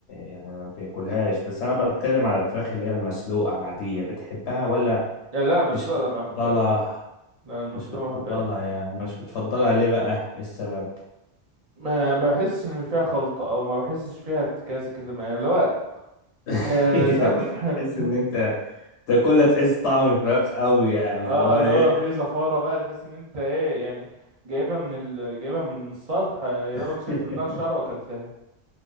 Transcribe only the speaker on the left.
يعني ما بياكلهاش بس انا بتكلم على الفراخ اللي هي المسلوقه العاديه بتحبها ولا
مش بتفضلها
مش بتفضلها
يعني مش بتفضلها ليه بقى ايه السبب
<laughs>
انت
كنت
هتحس ان انت
تاكلها تحس طعم الفراخ قوي يعني
اللي هو
ايه
<laughs>